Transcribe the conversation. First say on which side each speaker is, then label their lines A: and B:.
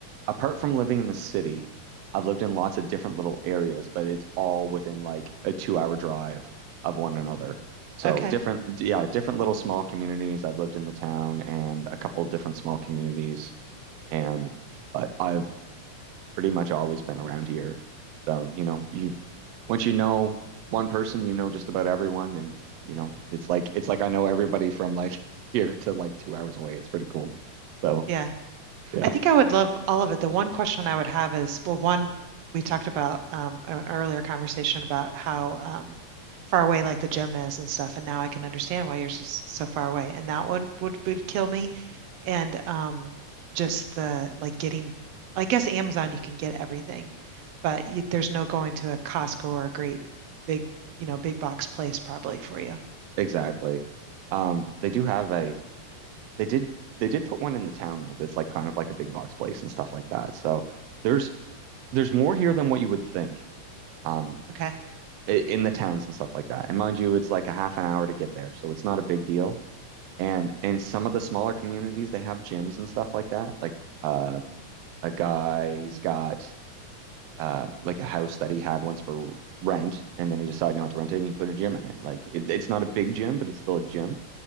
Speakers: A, on the right (about 85°); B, on the right (about 65°).
A: apart from living in the city, I've lived in lots of different little areas, but it's all within like a two hour drive of one another. So
B: Okay.
A: different, yeah, different little small communities. I've lived in the town and a couple of different small communities and but I've pretty much always been around here. So, you know, you once you know one person, you know just about everyone and you know, it's like it's like I know everybody from like <laughs> here to like two hours away. It's pretty cool. So,
B: Yeah.
A: yeah,
B: I think I would love all of it. The one question I would have is, well, one, we talked about um, an earlier conversation about how um, far away like the gym is and stuff, and now I can understand why yours is so far away, and that one would would kill me. And um, just the like getting, I guess Amazon you can get everything, but you, there's no going to a Costco or a great big, you know, big box place probably for you.
A: exactly. Um, they do have a they did they did put one in the town though that's like kind of like a big box place and stuff like that. So there's there's more here than what you would think. Um,
B: Okay.
A: i- in the towns and stuff like that. And mind you, it's like a half an hour to get there, so it's not a big deal. And in some of the smaller communities, they have gyms and stuff like that. Like uh, a guy, he's got uh, like a house that he had once for rent, and then he decided not to rent it, and he put a gym in it. Like it, it's not a big gym, but it's still a gym.